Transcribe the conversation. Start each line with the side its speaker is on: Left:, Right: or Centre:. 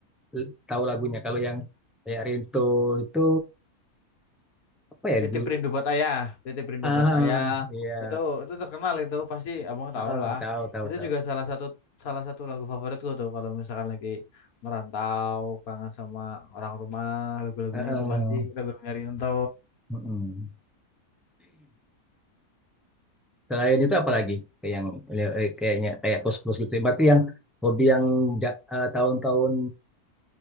Centre: l- tahu lagunya. Kalau yang kayak Rinto itu apa ya?
Left: Titip
Centre: Du-
Left: Rindu Buat Ayah, Titip Rindu
Centre: ah
Left: Buat Ayah.
Centre: iya
Left: Itu itu terkenal itu pasti abang
Centre: Ah,
Left: tahu lah.
Centre: ah, tahu tahu
Left: Itu
Centre: tahu.
Left: juga salah satu salah satu lagu favoritku tuh kalau misalkan lagi merantau, kangen sama orang rumah, lagu-lagunya
Centre: Ah, ah,
Left: itu pasti lagu-lagunya Rinto.
Centre: mm-mm. Selain itu apa lagi? Kayak yang kayaknya kayak kos-kos gitu. Berarti yang hobi yang ja- ah, tahun-tahun